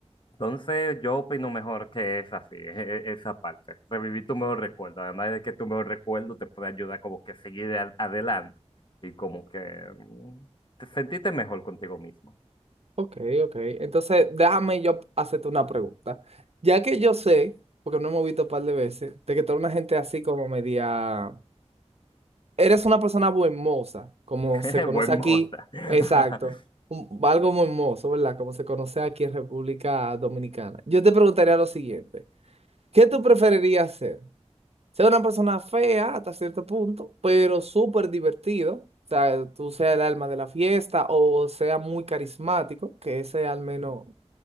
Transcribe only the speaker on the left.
entonces, yo opino mejor que es así, e- e- esa parte. Revivir tu mejor recuerdo. Además de que tu mejor recuerdo te puede ayudar como que a seguir a- adelante y como que mm, te sentirte mejor contigo mismo.
<laughs>
Buen moza.
<laughs>